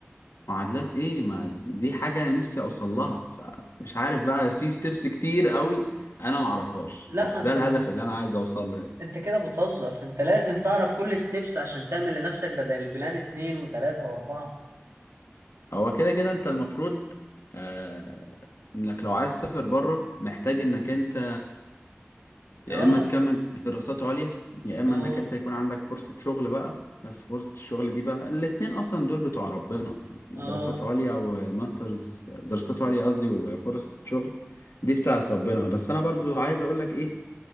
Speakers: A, on the left (about 75°); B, on the right (about 80°).
A: معادلات ايه ما دي حاجه انا نفسي اوصل لها فمش عارف بقى في ستيبس كتير قوي انا معرفهاش
B: لا
A: بس
B: ما انت
A: ده الهدف اللي انا عايز اوصل له يعني.
B: انت كده بتهزر انت لازم تعرف كل ستيبس عشان تعمل لنفسك بدل البلان اتنين وتلاتة واربعة
A: هو كده كده انت المفروض آه انك لو عايز تسافر بره محتاج انك انت يا
B: اه
A: اما تكمل دراسات عليا يا اما
B: اه
A: انك انت يكون عندك فرصة شغل بقى بس فرصة الشغل دي بقى الاتنين اصلا دول بتوع ربنا دراسات
B: اه
A: عليا والماسترز دراسات عليا قصدي وفرصة شغل دي بتاعت ربنا بس انا برضو عايز اقولك ايه